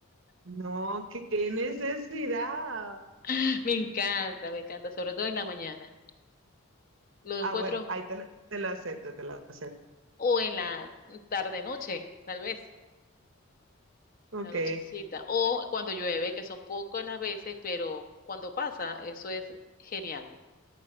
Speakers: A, on the right (about 60°); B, on the left (about 40°).
A: no, qué necesidad.
B: <laughs> Me encanta, me encanta, sobre todo en la mañana. Lo encuentro
A: Ah, bueno, ahí te, lo- te lo acepto, te lo acepto.
B: o en la tarde noche, tal vez,
A: Ok.
B: la nochecita, o cuando llueve, que son pocas las veces, pero cuando pasa, eso es genial.